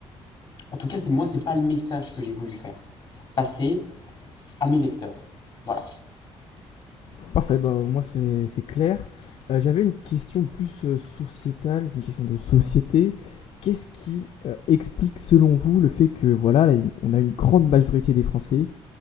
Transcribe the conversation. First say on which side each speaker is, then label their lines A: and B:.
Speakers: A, on the left; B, on the left.
A: en tout cas, c'est moi, c'est pas le message que j'ai voulu faire passer à mes lecteurs. Voilà.
B: Parfait, bah, moi c'est clair. Euh, J'avais une question plus euh, sociétale, une question de société. Qu'est-ce qui euh, explique selon vous le fait que voilà, là, on a une grande majorité des Français